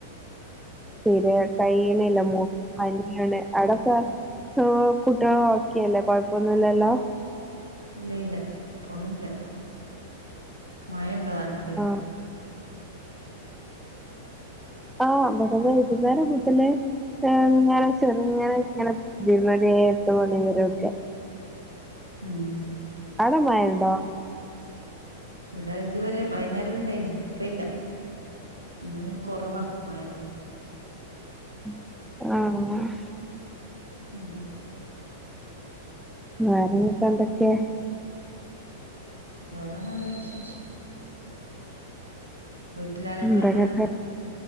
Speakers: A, in the centre; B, on the right.
A: ശരിയാണ് കൈയിനില്ല മു പനിയാണ് അവിടക്കെ കുട്ടികളോക്കെയല്ലേ കൊഴപ്പൊന്നുല്ലല്ലോ
B: ഇല്ല ഇല്ല ഇപ്പൊന്നുംല്ല മഴണ്ടോ നാട്ടില്
A: ആഹ് ആ ഇവടെ വൈകുന്നേരം മുതലേ ആം ഇങ്ങനെ ചെറങ്ങനെ ഇങ്ങനെതിന്നതെ എട്ട് മണിവര ഒക്കെ
B: ഉം
A: അട മയണ്ടോ
B: ഇവടെ ഇതുവരെ ബൈന്നേര ഇണ്ടായി ഇപ്പ ഇല്ല ഇന്ന് കുറവാ മയ
A: ആ അങ്ങാനെ
B: ഉം
A: വേറേങ്ങക്കന്തൊക്കെ
B: വേറ നല്ല വിശേഷം വീട്ടിലാരൊക്കെള്ള
A: എന്തെന്നിട്ട്